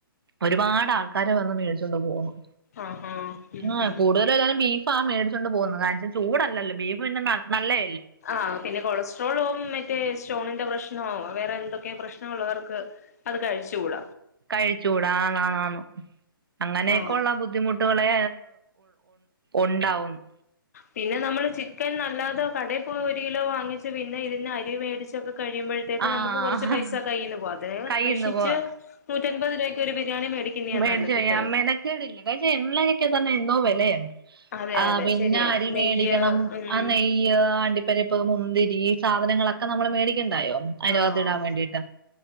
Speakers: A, on the right; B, on the left.
A: ഒരുപാട് ആൾക്കാരെ വന്ന് മേടിച്ചൊണ്ട് പോകുന്നു
B: ആഹ് ആഹ് ഉം
A: ആ
B: ഉം
A: കൂടുതൽ എല്ലാരും ബീഫ് ഫ മടിച്ചൊണ്ട് പോകുന്നത് കാരണം വച്ചാ ചൂടല്ലോ ബീഫ് പിന്നെ നല്ലേ
B: ആഹ് പിന്നെ കൊളസ്ട്രോളോ മറ്റേ സ്റ്റോണിന്റെ പ്രശ്നമാ വേറെ എന്തൊക്കെ പ്രശ്നമ ഉള്ളവർക്ക് അത് കഴിച്ച് കൂട
A: കഴിച്ചുകൂട ആൻ ആൻ ആൻ അങ്ങനെയൊക്കെ
B: ആഹ്
A: ഉള്ള ബുദ്ധിമുട്ടുകളെ ഉണ്ടാവുന്നു
B: പിന്നെ നമ്മള് ചിക്കൻ നല്ലാതോ കടയിപ്പ ഒരു കിലോ വാങ്ങിച്ച് പിന്നെ ഇതിന്ന് അരി മേടിച്ചൊക്കെ കഴിയുമ്പോഴേ
A: ആഹ്
B: നമ്മുക് കുറച്ച് പൈസ കൈയിൽന് പോകും അതിനെ അപേക്ഷിച്ച്
A: കയ്യിന്ന് പോ
B: നൂറ്റത് രൂപയ്ക്ക് ഒരു ബിരിയാണി മേടിക്കുന്നയാ
A: മേടിച്ചു
B: നല്ലതില്ലേ
A: അ മേനെക്കേടില്ല കാരണം വെച്ച എണ്ണ തന്നെ എന്തോ വിലയാണ്
B: അതെ
A: ആ
B: അതെ
A: പിന്നെ
B: ശരിയാ
A: അരി മേടിക്കണം
B: നെയ്യ് ഉം
A: ആ നെയ്യ് അണ്ടിപ്പരിപ്പ് മുന്തിരി ഈ സാധനങ്ങളൊക്കെ നമ്മൾ മേടിക്കണ്ടായോ അനുകത്തിടാൻ
B: ആഹ്
A: വേണ്ടിയിട്ട്